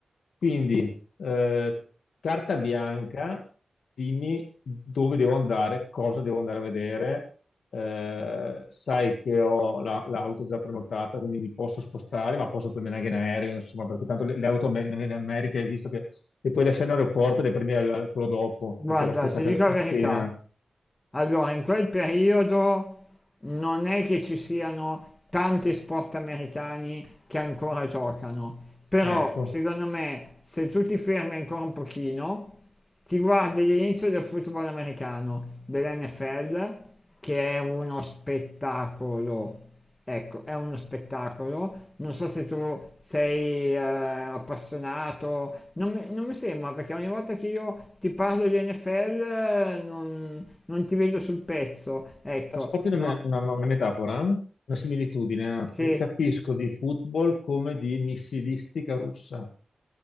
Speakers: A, on the left (about 90°); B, on the left (about 30°).
A: Quindi, eh, carta bianca, dimmi dove devo andare, cosa devo andare a vedere. Eh, sai che ho la- l'auto già prenotata, quindi mi posso spostare, ma posso prendere anche in aereo, insomma, perché tanto le, le auto amer- in America hai visto che le puoi lasciare in aeroporto e le prendi al- al- quello dopo,
B: guarda,
A: perché è la stessa
B: ti
A: ca-
B: dico
A: catena.
B: la verità, Allora, in quel periodo non è che ci siano tanti sport americani che ancora giocano, però
A: Ecco.
B: secondo me se tu ti fermi ancora un pochino, ti guardi l'inizio del football americano, dell'NFL, che è uno spettacolo. Ecco, è uno spettacolo. Non so se tu sei eh, appassionato, non mi, non mi sembra perché ogni volta che io ti parlo di NFL eh, non, non ti vedo sul pezzo, ecco,
A: Posso farti una,
B: però
A: me- una- una metafora? Una similitudine, anzi.
B: sì,
A: Capisco di football come di missilistica russa,